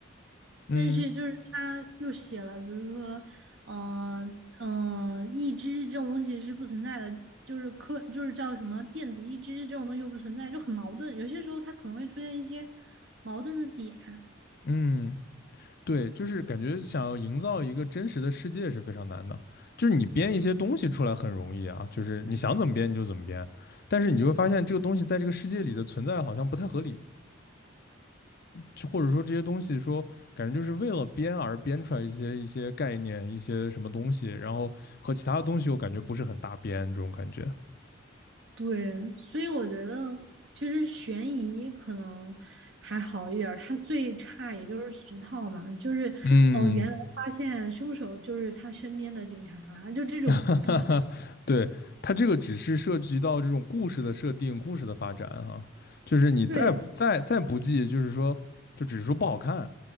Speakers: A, on the left; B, on the right.
A: 嗯
B: 但是就是它又写了，比如说嗯嗯，义肢这种东西是不存在的，就是科就是叫什么电子义肢这种东西又不存在，就很矛盾。有些时候它可能会出现一些矛盾的点。
A: 嗯，对，就是感觉想要营造一个真实的世界是非常难的，就是你编一些东西出来很容易啊，就是你想怎么编你就怎么编，但是你就会发现这个东西在这个世界里的存在好像不太合理，就或者说这些东西说感觉就是为了编而编出来一些一些概念一些什么东西，然后和其他的东西又感觉不是很搭边这种感觉。
B: 对，所以我觉得其实悬疑可能还好一点儿，它最差也就是俗套嘛，就是哦，
A: 嗯。
B: 原来发现凶手就是他身边的警察，就这种啊，
A: <laughs> 哈哈哈，对，它这个只是涉及到这种故事的设定、故事的发展啊，就是你再不再再不济，
B: 对，
A: 就是说，就只是说不好看，